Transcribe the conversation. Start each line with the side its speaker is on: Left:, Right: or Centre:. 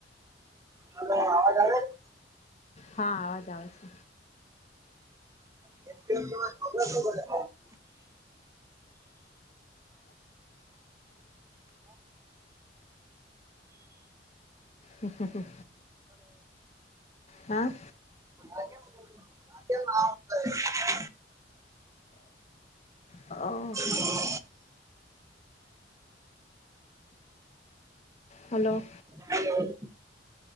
Right: હવે અવાજ આવે છે.
Left: હા આવાજ આવે છે.
Right: એકટીવા જોવા બબલા શુ કરે.
Left: હ હ હ હા.
Right: અને. <unintelligible>
Left: હા
Right: <inaudible>
Left: હલો.
Right: હલો.